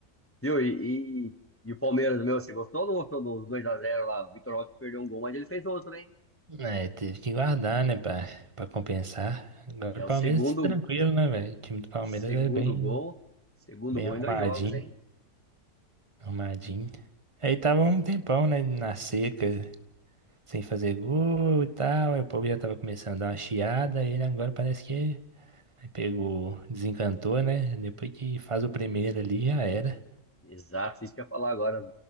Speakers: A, on the left (about 15°); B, on the right (about 20°).
A: Viu? E, e, e o Palmeiras, meu, você gostou ou não gostou dos 2x0 lá? O Vitor Roque perdeu um gol, mas ele fez outro, hein?
B: É, teve que guardar, né, pra, pra compensar. Agora
A: Já
B: o
A: é
B: Palmeiras
A: o segundo,
B: tá tranquilo, né, velho? O time do Palmeiras
A: segundo
B: é bem,
A: gol. Segundo
B: bem
A: gol
B: arrumadinho,
A: em dois jogos, hein?
B: arrumadinho. Aí tava um
A: E-
B: tempão, né, na seca, sem fazer gol e tal. Aí o povo já tava começando a dar uma chiada. E ele agora parece que aí pegou, desencantou, né? Depois que faz o primeiro ali, já era.
A: Exato, isso que eu ia falar agora.